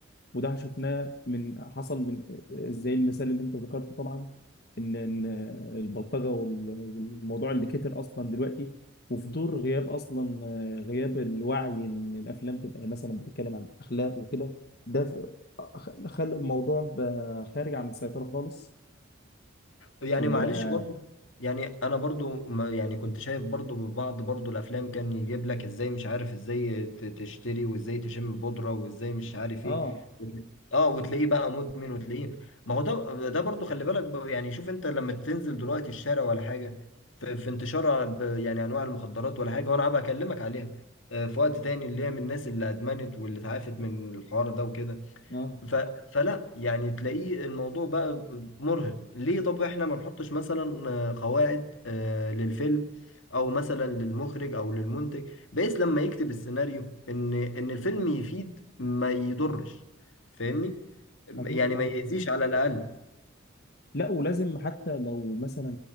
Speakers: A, on the left (about 50°); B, on the left (about 75°).
A: وده شفناه من حصل من زي المثال اللي انت ذكرته طبعا ان ان البلطجه وال- والموضوع اللي كتر اصلا دلوقتي وفي دور غياب اصلا غياب الوعي ان الافلام تبقى مثلا بتتكلم عن اخلاق وكده ده ف- خلى الموضوع بقى خارج عن السيطره خالص
B: يعني
A: وان
B: معلش
A: بقى
B: برضو يعني انا برضو ما يعني كنت شايف برضو بعض برضو الافلام كان يجيب لك ازاي مش عارف ازاي ت- تشتري وازاي تشم بودرة وازاي مش عارف
A: اه
B: ايه وتل- اه وتلاقيه بقى مدمن وتلاقيه ما هو ده ده برضو خلي بالك ب- يعني شوف انت لما تنزل دلوقتي الشارع ولا حاجة في, في انتشار ب- يعني انواع المخدرات ولا حاجة وانا هبقى اكلمك عليها آه، في وقت تاني اللي هي من الناس اللي ادمنت واللي اتعافت من الحوار ده وكده
A: اه
B: ف... فلا يعني تلاقيه الموضوع بقى مرهق ليه طب احنا ما نحطش مثلا آه، قواعد آه، للفيلم او مثلا للمخرج او للمنتج بحيث لما يكتب السيناريو ان ان الفيلم يفيد ما يضرش فاهمني يعني
A: اكيد
B: ما
A: اه
B: يأذيش على الاقل
A: لا ولازم حتى لو مثلا